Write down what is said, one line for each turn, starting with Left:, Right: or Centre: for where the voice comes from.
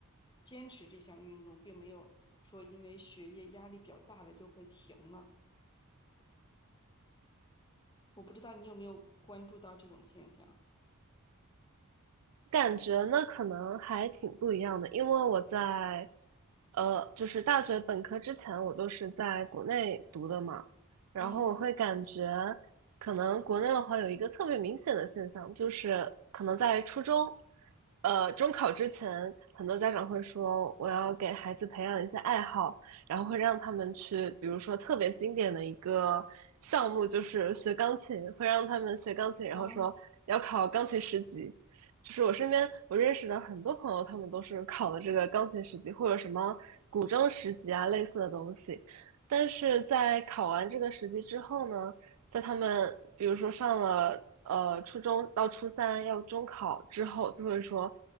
Left: 坚持这项运动，并没有说因为学业压力比较大了就会停了。我不知道你有没有关注到这种现象？
Right: 感觉呢，可能还挺不一样的，因为我在，呃，就是大学本科之前，我都是在国内读的嘛，然后我会感觉，
Left: 嗯
Right: 可能国内的话有一个特别明显的现象，就是可能在初中，呃，中考之前，很多家长会说我要给孩子培养一些爱好，然后会让他们去，比如说特别经典的一个项目就是学钢琴，会让他们学钢琴，然后说要考钢琴十级。
Left: 嗯，
Right: 就是我身边我认识的很多朋友，他们都是考了这个钢琴十级或者什么古筝十级啊类似的东西，但是在考完这个十级之后呢，在他们比如说上了呃初中到初三要中考之后，就会说